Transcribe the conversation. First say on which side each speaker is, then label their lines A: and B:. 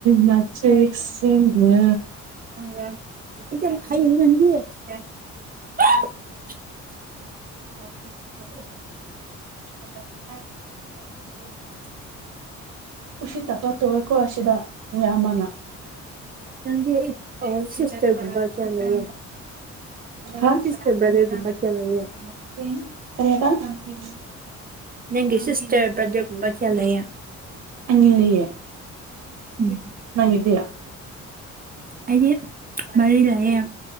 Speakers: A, on the right; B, on the right.
A: ꯃꯆꯦꯠꯁꯤꯡꯗ
B: <unintelligible> <inaudible>
A: <inaudible>
B: <inaudible>
A: ꯎꯁꯤꯠꯇꯕ ꯇꯧꯋꯦꯀꯣ ꯑꯥꯁꯤꯗ ꯃꯌꯥꯝ ꯃꯅꯥ
B: ꯅꯪꯗꯤ ꯑꯩ ꯁꯤꯁꯇꯔ ꯒꯨꯝꯕꯥ ꯀꯌꯥꯝ ꯂꯩꯌꯦ
A: ꯍꯥ
B: <unintelligible>
A: <unintelligible> ꯀꯔꯤ ꯍꯥꯏꯕꯥ <unintelligible>
B: ꯅꯪꯒꯤ ꯁꯤꯁꯇ꯭ꯔ ꯕ꯭ꯔꯗ꯭ꯔ ꯄꯥꯔꯤꯈꯥ ꯂꯩꯌꯦ
A: ꯑꯅꯤ ꯂꯩꯌꯦ
B: ꯎꯝ
A: ꯅꯪꯒꯤꯗꯤ
B: ꯑꯩꯗꯤ ꯃꯔꯤ ꯂꯩꯑꯦ